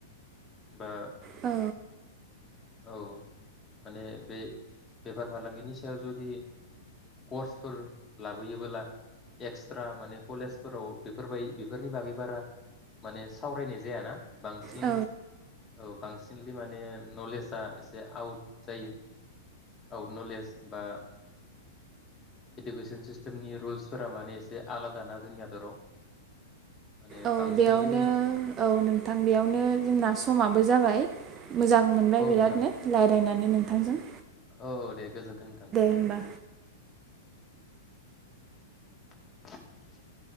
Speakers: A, on the left (about 15°); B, on the right (about 25°).
A: बा
B: औ
A: औ माने बे बेफार फालांगिनि सायाव जुदि कर्सफोर ला बोयोबोला एक्सट्रा माने कलेज फोराव बेफोरबाय बेफोरनि बागै बारा माने सावरायनाय जायाना। बांसिनै।
B: औ
A: औ बांसिनलि माने नलेजआ एसे आउट जायो। आउट नलेज बा इडुकेसन सिस टेमनि रुल्सफोरा माने एसे आलादा ना जोंनि हादराव। माने
B: औ
A: बांसिनलि
B: बेयावनो औ नोंथां बेयावनो जोंना समाबो जाबाय। मोजां मोनबाय
A: औ
B: बिरादनो
A: नोंथां
B: रायलायनानै नों थांजों।
A: औ दे गोजोन्थों नोंथां।
B: होमबा
A: <inaudible>